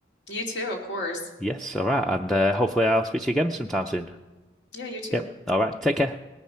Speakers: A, on the left; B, in the centre.
A: You too, of course.
B: Yes, all right. And uh, hopefully I'll speak to you again sometime soon.
A: Yeah, you too.
B: Yep. All right. Take care.